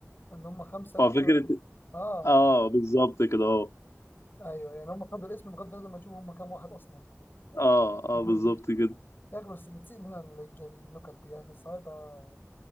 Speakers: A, on the left; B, on the left.
A: إن هم خمسة يعني
B: هو فكرة
A: آه
B: اه بالظبط كده اه
A: أيوه يعني هم خدوا الاسم بغض النظر ما يشوفوا هم كام واحد أصلا
B: اه اه
A: <laughs>
B: بالظبط كده
A: يا أخي بس بتسيء لنا الج- النكت دي يا أخي الصعايدة